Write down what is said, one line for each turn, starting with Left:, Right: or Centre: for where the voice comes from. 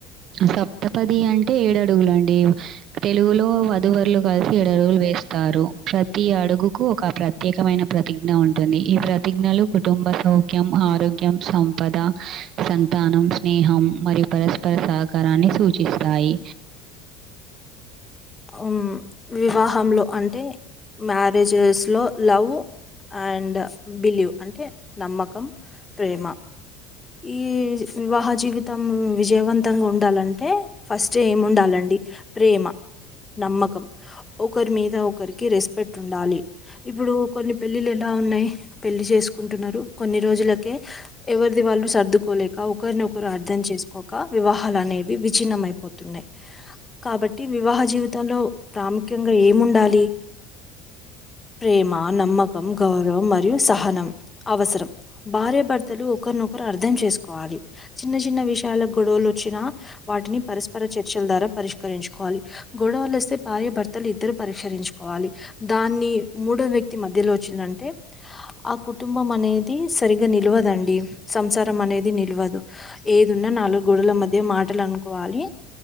Right: సప్తపది అంటే ఏడు అడుగులు అండి. తెలుగులో వధువరులు కలిసి ఏ ఎడడుగులు వేస్తారు ప్రతి అడుగుకు ఒక ప్రత్యేకమైన ప్రతిజ్ఞ ఉంటుంది ఈ ప్రతిజ్ఞలు కుటుంబ సౌక్యం ఆరోగ్యం సంపద సంతానం స్నేహం మరియు పరస్పర సహకారాన్ని సూచిస్తాయి
Left: ఉమ్, వివాహంలో అంటే మ్యారేజెస్ లో లవ్ అండ్ బిలీవ్ అంటే నమ్మకం, ప్రేమ. ఈ వివాహ జీవితం విజయవంతంగా ఉండాలంటే ఫస్ట్ ఏమి ఉండాలండి ప్రేమ, నమ్మకం
Right: <inaudible>
Left: ఒకరి మీద ఒకరికి రెస్పెక్ట్ ఉండాలి. ఇప్పుడు కొన్ని పెళ్ళిలు ఎలా ఉన్నాయి పెళ్లి చేసుకు కుంటున్నారు కొన్ని రోజులకే ఎవరిది వాళ్ళు సర్దుకోలే ఒకరినొకరు అర్థం చేసుకోక వివాహ హలనేవి విచిన్నమయిపోతున్నాయి కాబట్టి వివాహ జీవితంలో ప్రాముఖ్యంగా ఏముండాలి ప్రేమ నమ్మకం గౌరవం మరియు సహనం అవసరం భార్యభర్తలు ఒకరినొకరు అర్థం చేసుకోవాలి చిన్న చిన్న విషయాల గొడవలు వచ్చినా వాటిని పరస్పర చర్చ చర్చల్ ద్వార పరిష్కరించుకోవాలి గొడవలు వస్తే భార్యభర్తలు ఇద్దరు పరిష్కారించుకోవాలి దాన్ని మూడో వ్యక్తి మధ్యలో చ్చిందంటే ఆ కుటుంబం అనేది సరిగా నిల్వదండి సంసారం అనేది నిల్వ వదు ఏదున్నా నాలుగు గోడల మధ్య మాటలు అనుకోవాలి